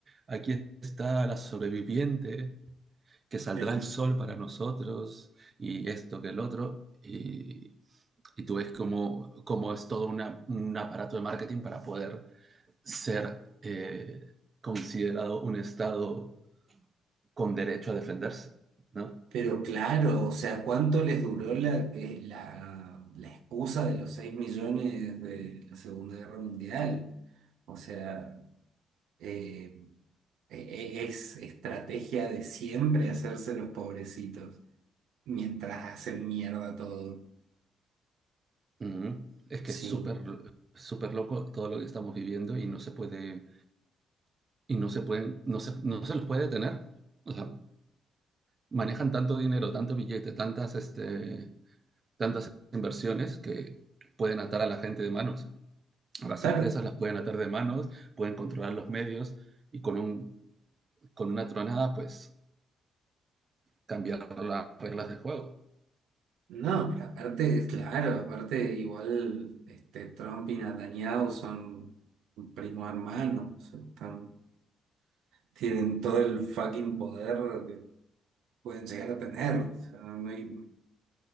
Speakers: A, on the right; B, on the right.
A: aquí está la sobreviviente, que saldrá
B: Pero,
A: el sol para nosotros, y esto que el otro, y, y tú ves cómo, cómo es todo una- un aparato de marketing para poder ser eh, considerado un Estado con derecho a defenderse, ¿no?
B: pero claro, o sea, ¿cuánto les duró la, eh, la, la excusa de los 6 millones de la Segunda Guerra Mundial? O sea... eh, e- es estrategia de siempre hacerse los pobrecitos mientras hacen mierda todo.
A: Ujú. Es que
B: Sí,
A: es súper, súper loco todo lo que estamos viviendo y no se puede y no se pueden, no se, no se los puede detener. O sea, manejan tanto dinero, tanto billete, tantas, este, tantas inversiones que pueden atar a la gente de manos. A las
B: claro.
A: empresas las pueden atar de manos, pueden controlar los medios y con, un, con una tronada, pues, cambiar las reglas de juego.
B: No, pero aparte, claro, aparte igual este, Trump y Netanyahu son primo hermano o sea, están- tienen todo el fucking poder que pueden llegar a tener. o sea, no hay,